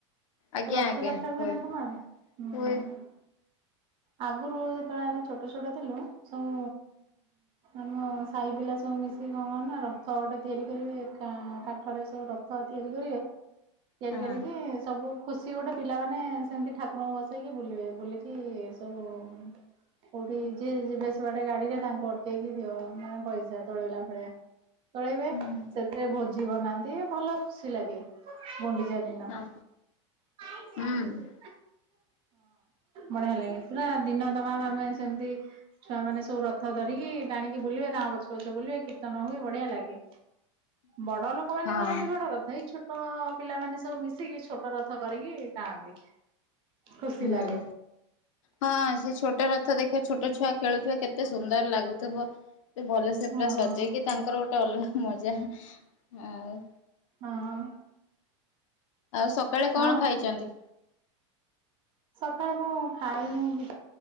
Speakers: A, on the left (about 85°); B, on the right (about 30°).
A: ଆଜ୍ଞା
B: ରଥଯାତ୍ରା
A: ଆଜ୍ଞା ହୁଏ
B: ନା ତମ ଆଡେ? ହୁଁ
A: ହୁଏ।
B: ଆଗରୁ ଯେତେବେଳେ ଆମେ ଛୋଟ ଛୋଟ ଥିଲୁ ସବୁ ଆମ ସାହି ପିଲା ସବୁ ମିଶିକି କଣ କରନ୍ତି ନା ରଥ ଗୋଟେ ତିଆରି କରିବେ କା କାଠରେ ସବୁ ର ରଥ ତିଆରି କରିବେ। ତିଆରି
A: ହଁ
B: କରିକି ସବୁ ଖୁସି ଗୋଟେ ପିଲାମାନେ ସେମିତି ଠାକୁରଙ୍କୁ ବସେଇକି ବୁଲିବେ ବୁଲିକି <unintelligible> କୋଉଠି ଯିଏ ଯିବେ ଆସିବେ ଗାଡ଼ିରେ ତାଙ୍କୁ ଅଟକେଇକି ଦିଅ ମାନେ ପଇସା ତୋଳେଇଲା ଭଳିଆ। ତୋଲେଇବେ
A: ହୁଁ
B: ସେଥିରେ ଭୋଜି ବନା <unintelligible> ଭଲ ଖୁସି ଲାଗେ ଗୁଣ୍ଡିଚା ଦିନ।
A: ହଁ
B: ହଁ
A: ହୁଁ
B: ବଢ଼ିଆ ଲାଗେ ପୁରା ଦିନ ତମାମ ଆମେ ସେମିତି ଛୁଆମାନେ ସବୁ ରଥ ଧରିକି ଟାଣିକି ବୁଲିବେ ତାଙ୍କ ପଛେ ପଛେ ବୁଲିବେ କୀର୍ତ୍ତନ ହୁଏ ବଢ଼ିଆ ଲାଗେ। ବଡ଼ ଲୋକମାନେ
A: ହଁ
B: କରନ୍ତି ବଡ଼ ରଥ ଏଇ ଛୋ ଛୋଟ ପିଲାମାନେ ସବୁ ମିଶିକି ଛୋଟ ରଥ କରିକି ଟାଣନ୍ତି ଖୁସି
A: ହୁଁ।
B: ଲାଗେ।
A: ହଁ ସେ ଛୋଟ ରଥ ଦେଖିବା ଛୋଟ ଛୁଆ ଖେଳୁଥିବେ କେତେ ସୁନ୍ଦର ଲାଗୁଥିବ। ସେ ଭଲସେ
B: ହଁ
A: ପୁରା ସଜେଇକି ତାଙ୍କର ଗୋଟେ ଅଲଗା ମଜା ଆଉ।
B: ହଁ।
A: ଆଉ ସକାଳେ କଣ
B: ଆଉ
A: ଖାଇଛନ୍ତି?
B: ସକାଳେ ମୁଁ ଖାଇନି